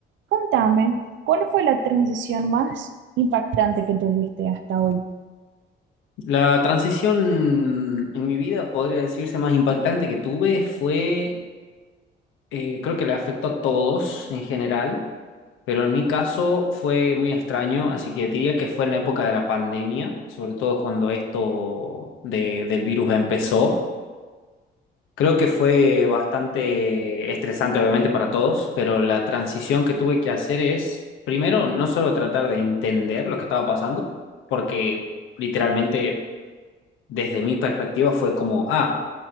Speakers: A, on the right; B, on the left.
A: Contame, ¿cuál fue la transición más impactante que tuviste hasta hoy?
B: La transición en mi vida, podría decirse, más impactante que tuve fue, eh, creo que le afectó a todos en general, pero en mi caso fue muy extraño, así que diría que fue en la época de la pandemia, sobre todo cuando esto de- del virus empezó. Creo que fue bastante estresante, obviamente, para todos, pero la transición que tuve que hacer es, primero, no solo tratar de entender lo que estaba pasando, porque literalmente desde mi perspectiva fue como, ah,